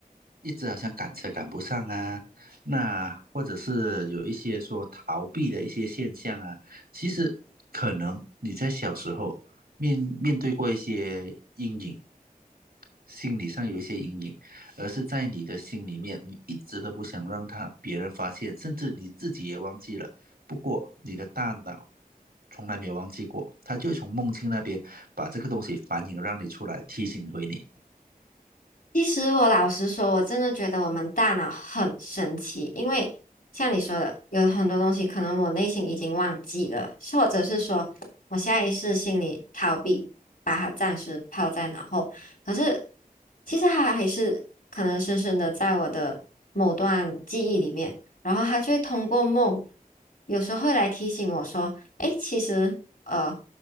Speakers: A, on the right; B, on the left.
A: 一直好像赶车赶不上啊，那或者是有一些说逃避的一些现象啊，其实可能你在小时候面面对过一些阴影，心理上有一些阴影，而是在你的心里面，你一直都不想让他别人发现，甚至你自己也忘记了。不过你的大脑从来没有忘记过，它就会从梦境那边把这个东西反映让你出来，提醒回你。
B: 其实我老实说，我真的觉得我们大脑很神奇，因为像你说的，有很多东西可能我内心已经忘记了，或者是说我下意识心里逃避，把它暂时抛在脑后。可是其实它还是可能深深的在我的某段记忆里面，然后它就会通过梦，有时候会来提醒我说。诶，其实呃，